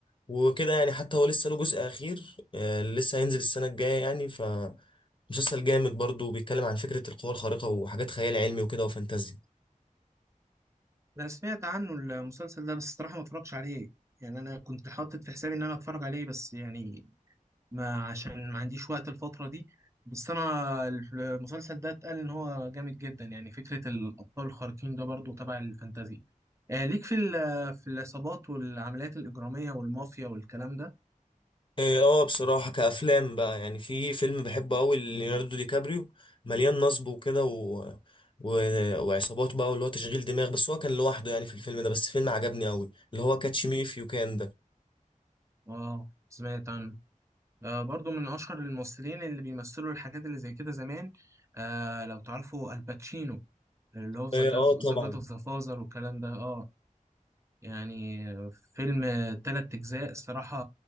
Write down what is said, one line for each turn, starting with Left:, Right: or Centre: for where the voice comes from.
Left: وكده يعني حتى هو لسه له جزء أخير آه، لسه هينزل السنة الجاية يعني فمسلسل جامد برضه بيتكلم عن فكرة القوى الخارقة وحاجات خيال علمي وكده وفانتازيا
Right: أنا سمعت عنه المسلسل ده بس الصراحة ما اتفرجتش عليه يعني أنا كنت حاطط في حسابي إن أنا أتفرج عليه بس يعني ما عشان ما عنديش وقت الفترة دي بس أنا المسلسل ده اتقال إن هو جامد جدا يعني فكرة الأبطال الخارقين ده برضو تبع الفانتازي آه ليك في ال- في العصابات والعمليات الإجرامية والمافيا والكلام ده
Left: إيه، اه بصراحة كأفلام بقى يعني في فيلم بحبه أوي ليوناردو دي كابريو مليان نصب وكده و... و... وعصابات بقى واللي هو تشغيل دماغ بس هو كان لوحده يعني في الفيلم ده بس فيلم عجبني أوي اللي هو كاتش مي إف يو كان ده
Right: آه سمعت عنه آه برضو من أشهر الممثلين اللي بيمثلوا الحاجات اللي زي كده زمان آه لو تعرفوا الباتشينو اللي هو في
Left: إيه، اه طبعا
Right: ذا جاد أوف ذا فازر والكلام ده اه يعني فيلم تلات أجزاء الصراحة